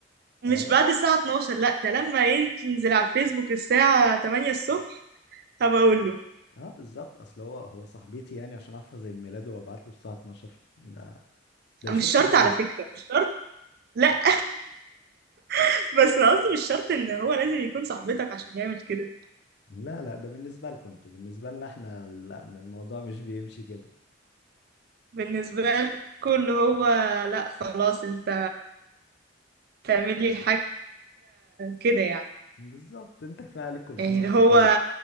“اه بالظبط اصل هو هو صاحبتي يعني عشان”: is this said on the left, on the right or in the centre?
Left